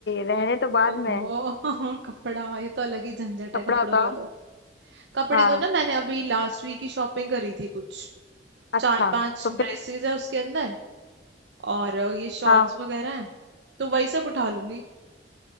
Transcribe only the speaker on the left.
रहने तो बाद
में
कपड़ा
था
हाँ
अच्छा
तो फिर
हाँ